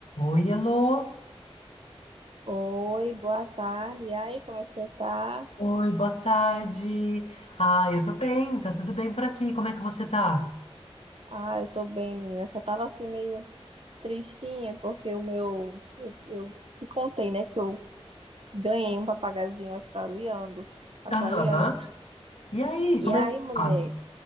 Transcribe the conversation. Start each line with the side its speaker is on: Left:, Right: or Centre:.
Left: Oi, alô.
Right: Oi, boa tarde. E aí, como é que você tá?
Left: Oi, boa tarde. Ah, eu tô bem, tá tudo bem por aqui. Como é que você tá?
Right: Ah, eu tô bem, menina. Eu Só tava assim meio tristinha porque o meu eu, eu te contei, né, que eu ganhei um papagaiozinho australiano, australiano.
Left: Aham. E aí,
Right: E
Left: como
Right: aí,
Left: é que
Right: mulher,
Left: tá?